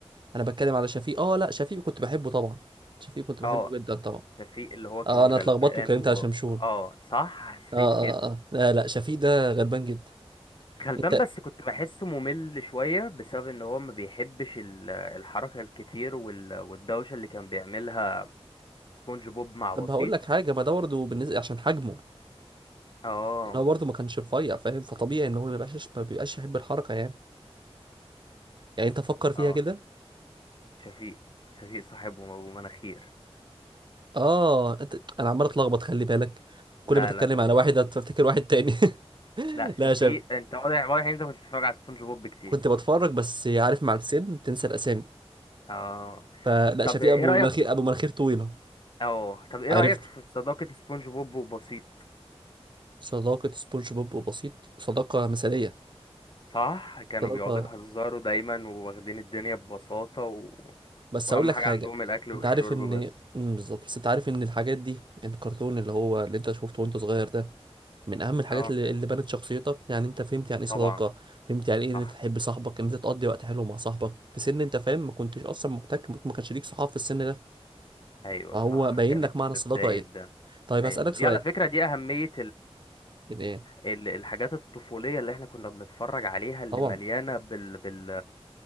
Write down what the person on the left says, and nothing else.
اه
شفيق اللي هو كان
غلبان
و
اه صح حسيت
كده
غلبان
بس كنت بحسه ممل شوية بسبب ان هو ما بيحبش ال- الحركة الكتير وال... والدوشة اللي كان بيعملها سبونج بوب مع
بسيط
اه
اه
شفيق شفيق صاحبه ابو مناخير
لا
لا مش
مش
لا شفيق
انت واضح واضح ان انت مش بتتفرج على سبونج بوب كتير
اه
طب
ايه
رايك
اه طب ايه
رايك في صداقه سبونج بوب وبسيط
صح كانوا
بيقعدوا يهزروا دايما وواخدين الدنيا ببساطه و...
واهم
حاجه
عندهم الاكل والشرب
بس
اه
طبعا
صح
ايوه
صح
كانت
في بدايه
ده
ايوه
ودي
على فكره دي اهميه
ال- الحاجات الطفولية اللي احنا كنا بنتفرج عليها اللي
مليانة بال... بال...